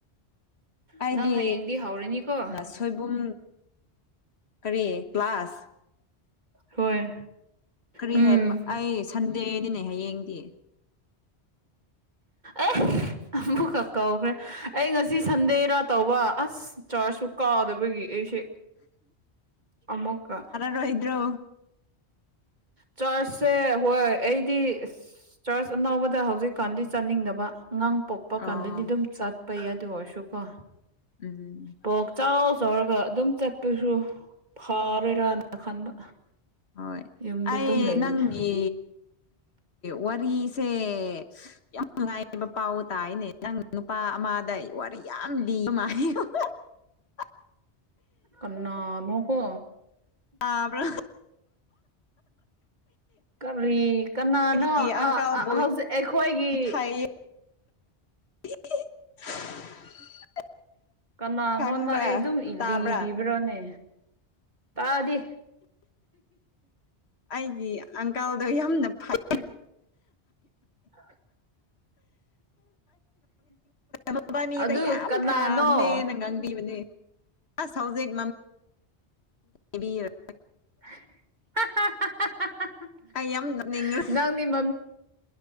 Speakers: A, on the left; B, on the right.
A: ꯑꯩꯗꯤ
B: ꯅꯪ ꯍꯌꯦꯡꯗꯤ ꯍꯧꯔꯅꯤꯀꯣ
A: ꯁꯣꯏꯕꯨꯝ ꯀꯔꯤ ꯀ꯭ꯂꯥꯁ
B: ꯍꯣꯏ
A: ꯀꯔꯤ
B: ꯎꯝ
A: ꯍꯥꯏꯕ ꯑꯩ ꯁꯟꯗꯦꯅꯤꯅꯦ ꯍꯌꯦꯡꯗꯤ
B: ꯑꯦ ꯑꯃꯨꯛꯀꯛ ꯀꯧꯈ꯭ꯔꯦ ꯑꯩ ꯉꯁꯤ ꯁꯟꯗꯦꯔꯥ ꯇꯧꯕ ꯑꯁ ꯆꯥꯔꯖꯁꯨ ꯀꯥꯎꯗꯕꯒꯤ ꯑꯩꯁꯦ ꯑꯃꯨꯛꯀ
A: ꯔꯣꯍꯤꯗ꯭ꯔꯣ
B: ꯆꯠꯁꯦ ꯍꯣꯏ ꯑꯩꯗꯤ ꯆꯥꯔꯆ ꯑꯅꯥꯕꯗ ꯍꯧꯖꯤꯛꯀꯥꯟꯗꯤ ꯆꯥꯅꯤꯡꯗꯕ ꯑꯉꯥꯡ ꯄꯣꯛꯄ
A: ꯑꯣ
B: ꯀꯥꯟꯗꯗꯤ ꯑꯗꯨꯝ ꯆ ꯄꯩꯌꯥꯗꯨ ꯑꯣꯏꯁꯨ ꯀꯣ
A: ꯎꯝ
B: ꯀꯣꯛ ꯆꯥꯎ ꯆꯥꯎꯔꯒ ꯑꯗꯨꯝ ꯆꯠꯄꯁꯨ ꯐꯔꯣꯏꯔꯥꯅ ꯈꯟꯕ
A: ꯍꯣꯏ
B: ꯌꯨꯝꯗ
A: ꯑꯩ
B: ꯑꯗꯨꯝ ꯂꯩꯕꯅꯦ
A: ꯅꯪꯒꯤ ꯋꯥꯔꯤꯁꯦ ꯌꯥꯝ ꯅꯨꯡꯉꯥꯏꯑꯕ ꯄꯥꯎ ꯇꯥꯏꯅꯦ ꯅꯪ ꯅꯨꯄꯥ ꯑꯃꯗ ꯋꯥꯔꯤ ꯌꯥꯝ ꯂꯤꯕ <unintelligible>
B: ꯀꯅꯥꯅꯣ ꯀꯣ
A: ꯇꯕ꯭ꯔꯥ
B: ꯀꯔꯤ ꯀꯅꯥꯅꯣ
A: ꯑꯩꯒꯤ ꯑꯪꯀꯜꯕꯨ
B: ꯍꯧꯖꯤꯛ ꯑꯩꯈꯣꯏꯒꯤ
A: ꯐꯩꯌꯦ <unintelligible>
B: ꯀꯅꯥꯉꯣꯟꯗ
A: ꯈꯪꯕ꯭ꯔꯥ
B: ꯑꯩ ꯑꯗꯨꯝ
A: ꯇꯥꯕ꯭ꯔꯥ
B: ꯂꯤꯕꯤꯕ꯭ꯔꯣꯅꯦ ꯇꯥꯗꯦ
A: ꯑꯩꯒꯤ ꯑꯪꯀꯜꯗꯣ ꯌꯥꯝꯅ ꯐꯩ
B: <unintelligible> <unintelligible>
A: ꯃꯥꯕꯥꯅꯤꯗ
B: ꯑꯗꯨ
A: ꯌꯥꯝ
B: ꯀꯅꯥꯅꯣ
A: ꯐꯕꯅꯦꯅ ꯉꯥꯡꯕꯤꯕꯅꯦ ꯑꯁ ꯍꯧꯖꯤꯛ <unintelligible>
B: <unintelligible>
A: ꯑꯩ ꯌꯥꯝ ꯅꯣꯡꯅꯤꯡꯒꯔꯦ
B: ꯅꯪꯗꯤ ꯃꯃꯤꯡ